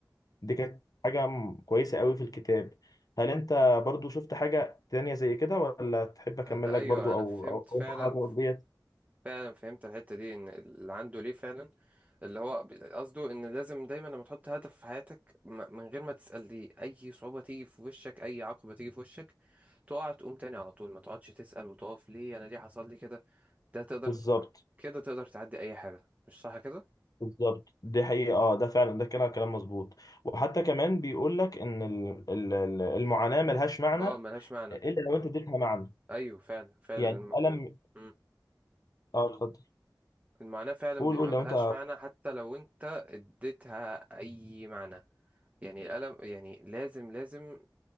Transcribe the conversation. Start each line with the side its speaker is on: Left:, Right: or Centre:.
Left: دي كانت حاجة م- كويسة قوي في الكتاب هل أنت برضو شفت حاجة تانية زي كده ولا تحب أكمل
Right: انا
Left: لك
Right: ايوه
Left: برضو
Right: انا
Left: أو
Right: فهمت
Left: أو
Right: فعلا
Left: أو أنت حاجة ديت
Right: فعلا فهمت الحته دي ان اللي عنده ليه فعلا اللي هو ب- قصده ان لازم دايما لما تحط هدف في حياتك م- من غير ما تسال ليه اي صعوبه تيجي في وشك اي عقبه تيجي في وشك تقع تقوم تاني على طول ما تقعدش تسال وتقف ليه انا ليه حصل لي كده ده تقدر
Left: بالظبط
Right: كده تقدر تعدي اي حاجه مش صح كده
Left: بالظبط دي حقيقة اه ده فعلا ده كلام كلام مظبوط وحتى كمان بيقول لك ان ال- ال- ال- المعاناة ملهاش معنى
Right: اه ملهاش معنى
Left: الا لو انت اديتها معنى
Right: ايوه فعلا فعلا
Left: يعني
Right: الم... م-
Left: الم
Right: م-
Left: اه اتفضل
Right: المعاناه فعلا
Left: قول
Right: بيبقى
Left: قول لو
Right: ملهاش
Left: انت
Right: معنى حتى لو انت اديتها اي معنى يعني القلم يعني لازم لازم